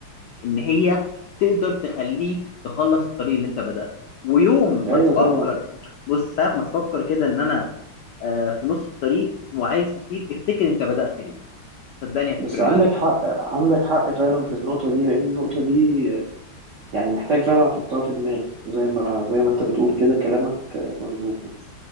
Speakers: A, on the left; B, on the right.
A: ان هي تقدر تخليك تخلص الطريق اللي انت بدأته ويوم ما
B: ايوه
A: تفكر
B: طبعا
A: بص ساعة ما تفكر كده ان انا آه، في نص الطريق وعايز تسيب افتكر انت بدأت ليه صدقني هتفرق
B: بس عندك
A: معاك
B: حق عندك حق فعلا في النقطة دي لأن النقطة دي يعني محتاج فعلا أحطها في دماغي زي ما زي ما أنت بتقول كده كلامك مظبوط